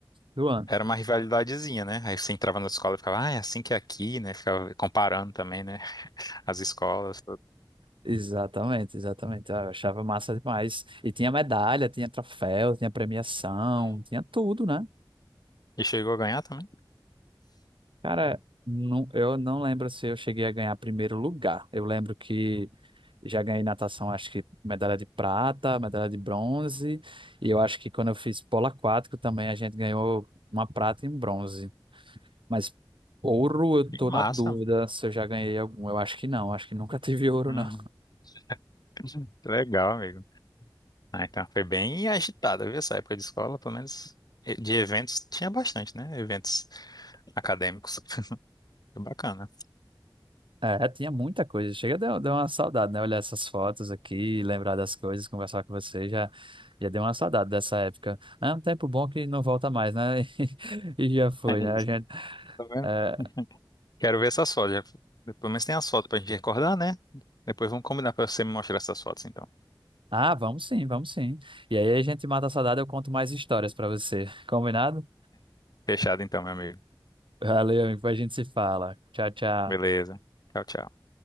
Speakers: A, on the right; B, on the left.
A: do ano.
B: Era uma rivalidadezinha, né? Aí você entrava na escola e ficava, ah, é assim que é aqui, né? Ficava comparando também, né? <laughs> As escolas. tudo.
A: Exatamente, exatamente. Ah, Eu achava massa demais. E tinha medalha, tinha troféu, tinha premiação,
B: Uhum.
A: tinha tudo, né?
B: E chegou a ganhar também?
A: Cara, não, eu não lembro se eu cheguei a ganhar primeiro lugar. Eu lembro que já ganhei natação, acho que medalha de prata, medalha de bronze. E eu acho que quando eu fiz polo aquático também a gente ganhou uma prata e um bronze. Mas ouro eu
B: Que
A: tô
B: massa.
A: na dúvida se eu já ganhei algum. Eu acho que não, acho que nunca <laughs> tive ouro,
B: Uhum.
A: não.
B: Que legal, amigo. Ah, então, foi bem agitada, viu? Essa época de escola, pelo menos e- de eventos, tinha bastante, né? Eventos acadêmicos. <laughs> Foi bacana.
A: É, tinha muita coisa. Chega, deu, deu uma saudade, né? Olhar essas fotos aqui, lembrar das coisas, conversar com você, já, já deu uma saudade dessa época. É um tempo bom que não volta mais, né? <laughs> E, já foi,
B: É
A: né?
B: isso.
A: A gente,
B: Tá vendo?
A: é,
B: Quero ver essas fotos. já- Pelo menos tem as fotos pra gente recordar, né? Depois vamos combinar pra você me mostrar essas fotos, então.
A: Ah, vamos sim, vamos sim. E aí a gente mata a saudade, eu conto mais histórias pra você. <laughs> Combinado?
B: Fechado, então, meu amigo.
A: Valeu, amigo, depois a gente se fala. Tchau, tchau.
B: Beleza. Tchau, tchau.